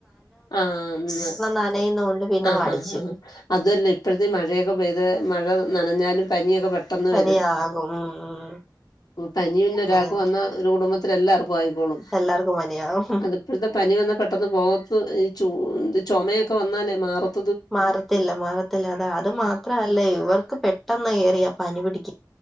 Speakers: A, on the left; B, in the centre.
A: ആ <unintelligible>
B: നനയുന്നോണ്ട് പിന്നെ മടിച്ച്
A: അതല്ല ഇപ്പഴത്തെ മഴ <unintelligible> <unintelligible> പെയ്ത് മഴ നനഞ്ഞാലും പനിയൊക്കെ പെട്ടാ പെട്ടന്ന്
B: പനിയാകും
A: വരും
B: ഉം ഉം.
A: പനി പിന്നെ
B: അങ്ങനെ
A: ഒരാക്ക് വന്ന ഒരു കുടുംമ്പാ ത്തിലെല്ലാർക്കും ആയിക്കോളും
B: എല്ലാർക്കും പനിയാകും
A: അത്പ്പോഴത്തെ പനി വന്ന പെട്ടെന്ന് പോക ഈ ച്ചു ചൊമയൊക്കെ വന്നാലേ മാറത്ത്
B: മാറത്തില്ല മാറത്തില്ല അത അത്
A: ഉം.
B: മാത്രല്ലയ് ഇവർക്ക് പെട്ടെന്ന് ഏറിയ പനി പിടിക്ക്